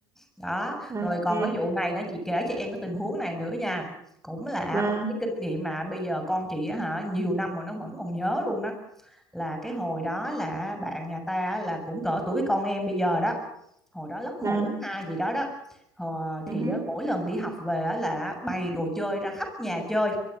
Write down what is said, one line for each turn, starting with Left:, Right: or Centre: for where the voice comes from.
Centre: đó
Right: ok
Centre: rồi còn cái vụ này đó chị kể cho em cái tình huống này nữa nha cũng là
Right: vâng
Centre: một cái kinh nghiệm mà bây giờ con chị á hả nhiều năm rồi nó vẫn còn nhớ luôn đó là cái hồi đó là bạn nhà ta á, là cũng cỡ tuổi con em bây giờ đó hồi đó lớp một
Right: vâng
Centre: lớp hai gì đó đó Ờ, thì
Right: ừ hứ.
Centre: á, mỗi lần đi học về á là bày đồ chơi ra khắp nhà chơi